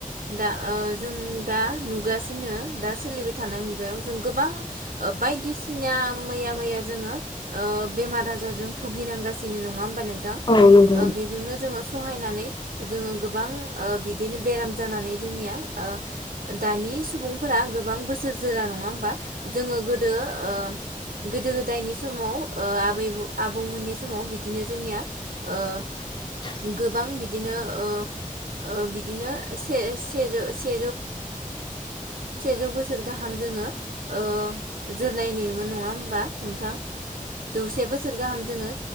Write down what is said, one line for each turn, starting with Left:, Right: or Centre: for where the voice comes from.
Right: दा ओ जों दा नुगासिनो। दा सोलिबाय थानाय मुगायाव जों गोबां ओ बायदिसिना मैया-मैया जोङो ओ ओ बेमार आजारजों भुगिनांगासिनो नंङा। होनबा नोंथां
Left: औ औ नंगौ।
Right: ओ बेदिनो‌ जों सहायनानै जोंङो गोबां ओ बेदिनो बेराम माने जोंनिया ओ दानि सुबुंफोरा गोबां बोसोर जोरा नंङा होनबा जोङो गो दो ओ गोदो गोदायनि समाव ओ आबै आबौमोननि समाव बिदिनो जोंनिया ओ
Left: <inaudible>
Right: गोबां बिदिनो ओ ओ बिदिनोे‌ से सेजौ से‌ सेजौ बोसोर ओ गाहाम जो जोंङो ओ जोरनाय नुयोमोन नङा होमबा नोंथां। जौसे बोसोर गाहाम जोंङो